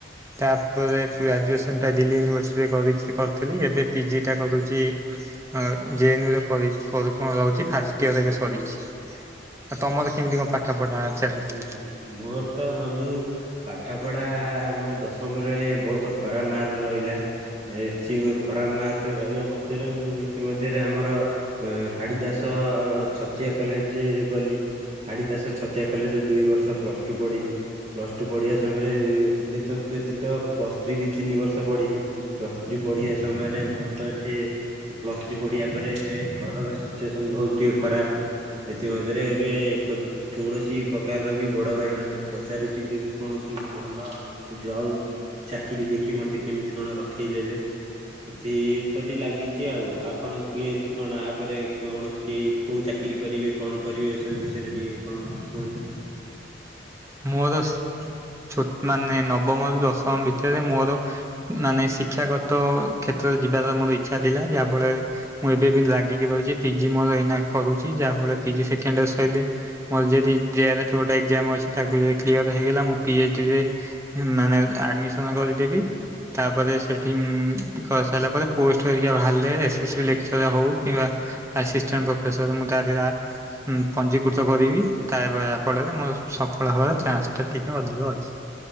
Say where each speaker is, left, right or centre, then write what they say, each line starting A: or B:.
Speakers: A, on the right; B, on the right.
A: ତାପରେ ଗ୍ରାଜୁଏସନଟା ଦିଲ୍ଲୀ ୟୁନିଭର୍ସିଟିରେ କରିଥ୍ କରିଥିଲି ଏବେ ପିଜିଟା କରୁଚି। ଆ ଜେ ନ୍ୟୁ ରେ କରିଚ୍ ସ୍କୋର କଁ ରଉଚି ଫାଷ୍ଟ ଇୟର ଏବେ ସରିଚି। ଆଉ ତମର କେମିତି କଁ ପାଠପଢା ଚାଲିଲା?
B: ଉଁ ମୋର ତ ବନ୍ଧୁ ପାଠପଢା ମୋର ଦଶମରେ ବହୁତ ଖରାପ୍ ମାର୍କ ରଇଲା। ଏଥି ମ ଖରାପ୍ ମାର୍କ ରଇବା ମଧ୍ୟରେ ମୁଁ ଏଥି ମଧ୍ୟରେ ଆମର ଅଁ ହାଡିଦାସ ଛତିଆ କଲେଜେ ଗଲି ହାଡିଦାସ ଛ ଛତିଆ କଲେଜେରେ ଦୁଇ ବର୍ଷ ପ୍ଲସ ଟୁ ପଢିଲି ପ୍ଲସ ଟୁ ପଢିବା ସମୟରେ ଇଏ ତ୍ ଇଏ ଏତଦ୍ ବ୍ୟତୀତ ପ୍ଲସ୍ ଥ୍ରୀ ବି ତିନି ବର୍ଷ ପଢିଲି। ପ୍ଲସ୍ ଥ୍ରୀ ପଢିବା ସମୟରେ ମୋର ତ ଏଠି ପ୍ଲସ ଥ୍ରୀ ପଢିଆ ପରେ ଏବେ ଘରର ସିଚୁଏସନ୍ ବହୁତୁ ଟିକେ ଖରାପ୍। ଏଥିମଧ୍ୟରେ ଏବେ କୁଜ୍ କୌଣସି ପ୍ରକାରର ବି ବଡଭାଇମାନୁଙ୍କୁ ପଚାରୁଚି ଯେ କୌଣସି ଭଲ ଜବ୍ ଚାକିରି ଦେଖି ମତେ କେମିତି କଣ ରଖେଇଦେବେ ଏଥିପ୍ରତି ଲାଗିଚି ଆଉ ଆ ପଣ କିଏନ୍ତିି କଣ ଆପରେ କଣ କେଇ କୋଉ ଚାକିରି କରିବେ କଣ କରିବେ ଏସବୁ ବିଷୟରେ ଟିକେ କଣ କୁହନ୍ତୁ?
A: ମୋର ସ୍ ଛୋଟ୍ ମାନେ ନବମରୁ ଦଶମ ଭିତେରେ ମୋର ଉଁ ମାନେ ଶିକ୍ଷାଗତ କ୍ଷେତ୍ରରେ ଯିବାର ମୋର ଇଚ୍ଛା ଥିଲା ଯାଫଳରେ ମୁଁ ଏବେ ବି ଲାଗିକି ରହିଚି ପିଜି ମୋର ଏଇନା କରୁଚି ଯାଫଳରେ ପିଜି ସେକେଣ୍ଡ ସଇଲେ ମୋର ଯଦି ଜିଆର <unintelligible> ଏକ୍ଜାମ ଅଛି। ତାକୁ ଯାଇକି କ୍ଲିୟର ହେଇଗଲା ମୁଁ ମୁକ୍ତି ହେଇଯିବି ନ ନେହେଲେ ଆଡ଼ମିସନ ସନ କରିଦେବି ତାପରେ ସେଠି ଉମ କରିସାରିଲା ପରେ ପୋଷ୍ଟ ହେରିକା ବାହାରିଲେ ସେ ଲେଚକର ହଉ କିମ୍ବା ଆସିଷ୍ଟାଣ୍ଟ ପଫେସର ମୁଁ ତା ଦେହରେ ଆ ଉଁ ପଞ୍ଜୀକୃତ କରିବି ତା ଫଳରେ ମୋ ଫଳ ହେବାର ଚାନ୍ସ ଟା ଟିକେ ଅଧିକ ଅଛି।